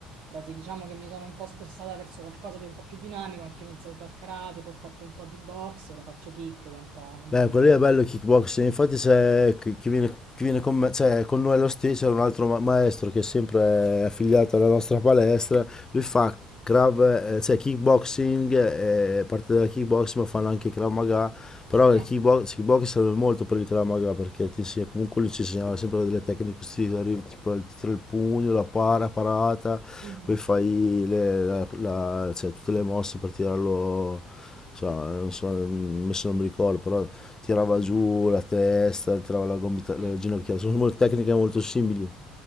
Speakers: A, on the right; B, on the left.
A: Però sì, diciamo che mi sono un po' spostata verso qualcosa di un po' più dinamico, anche io ho iniziato dal karate, poi ho fatto un po' di box, ora faccio kick, che è un po' un
B: Beh,
A: ibrido
B: quello lì
A: tra...
B: è bello il kickboxing, infatti c'è chi chi viene, chi viene con me, cioè con noi allo stesso, c'è un altro ma- maestro che è sempre affiliato alla nostra palestra, lui fa Krav, eh, cioè kickboxing, eh, parte della kickboxing, ma fanno anche Krav Maga, però
A: Ah,
B: il kickbox, kickbox serve molto per il Krav Maga, perché ti insegna- comunque lui ci insegnava sempre delle tecniche così, arrivi, tipo il tiro il pugno, la para, parata,
A: mhm,
B: poi fai le- la- la- cioè, tutte le mosse per tirarlo, insomma, non so, mm, adesso non mi ricordo, però tirava giù la testa, tirava la gomita, la
A: mm.
B: ginocchia, sono molto- tecniche molto simili.